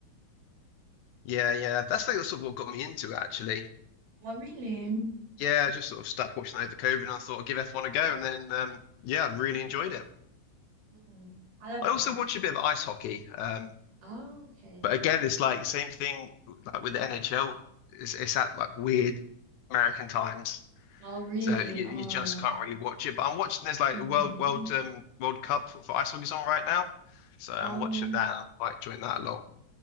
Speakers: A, on the left; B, on the right.
A: Yeah, yeah, that's like sort of what got me into it actually.
B: Oh, really?
A: yeah, I just sort of stuck watching that over COVID, and I thought I'd give F1 a go, and then um, yeah, I really enjoyed it.
B: Mm, I love
A: I also
B: that.
A: watch a bit of ice hockey, um,
B: Oh, okay.
A: but again, it's like same thing like with the NHL. It's, it's at like weird American times,
B: Oh, really?
A: so you,
B: Um,
A: you just can't really watch it. But I'm watching there's like
B: mm,
A: World World um, World Cup for ice hockey's on right now, so I'm
B: um,
A: watching that. I'm quite enjoying that a lot.